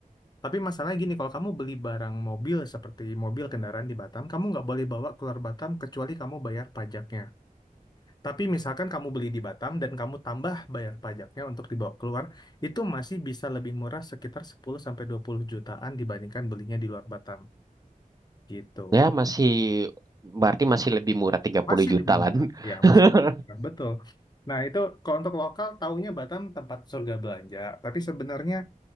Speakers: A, on the left (about 30°); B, on the right (about 25°).
A: Tapi masalahnya gini, kalau kamu beli barang mobil seperti mobil kendaraan di Batam, kamu nggak boleh bawa keluar Batam kecuali kamu bayar pajaknya. Tapi misalkan kamu beli di Batam dan kamu tambah bayar pajaknya untuk dibawa keluar, itu masih bisa lebih murah sekitar sepuluh sampai dua puluh jutaan dibandingkan belinya di luar Batam. Gitu.
B: Ya, masih berarti masih lebih murah 30
A: Masih
B: juta
A: lebih
B: lah.
A: murah.
B: <laughs>
A: Ya, masih. Nah, betul. Nah, itu kalau untuk lokal, taunya Batam tempat surga belanja. Tapi sebenarnya